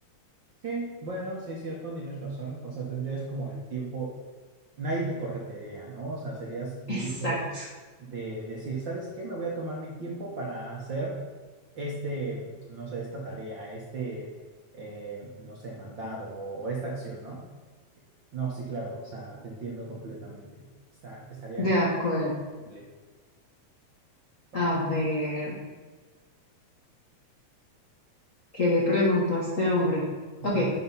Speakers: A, on the right; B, on the left.
A: Sí, bueno, sí es cierto, tienes razón. O sea, tendrías como el tiempo, nadie te corretearía, ¿no? O sea, serías libre
B: <laughs> Exacto,
A: de decir, ¿sabes qué? Me voy a tomar mi tiempo para hacer este, no sé, esta tarea, este, eh, no sé, mandado o, o esta acción, ¿no? No, sí, claro, o sea, te entiendo completamente. Está, estaría
B: de acuerdo.
A: libre. Vale.
B: A ver, ¿qué le pregunto a este hombre?
A: Mm,
B: Ok,